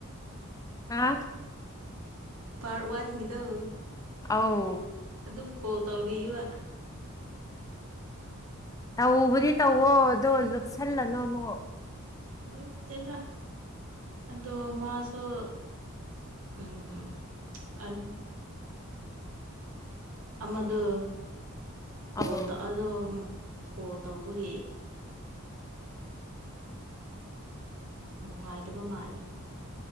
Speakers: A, on the left; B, on the right.
A: ꯑꯥ
B: ꯄꯥꯔꯠ ꯋꯥꯟ ꯒꯤꯗꯣ
A: ꯑꯥꯎ
B: ꯑꯗꯨꯝ ꯀꯣꯜ ꯇꯧꯔꯤꯕ
A: ꯇꯧꯕꯗꯤ ꯇꯧꯋꯣ ꯑꯗꯣ ꯂꯨꯞꯁꯜꯂꯅꯨ ꯑꯃꯨꯛ
B: ꯂꯨꯞꯇꯦꯗ ꯑꯗꯣ ꯃꯥꯁꯨ ꯎꯝ ꯑꯥ ꯑꯃꯗꯨ ꯀꯣꯜꯇ
A: ꯑꯧ
B: ꯑꯗꯨꯝ ꯀꯣꯜ ꯇꯧꯕꯒꯤ ꯅꯨꯡꯉꯥꯏꯇꯕ ꯃꯥꯜꯂꯦ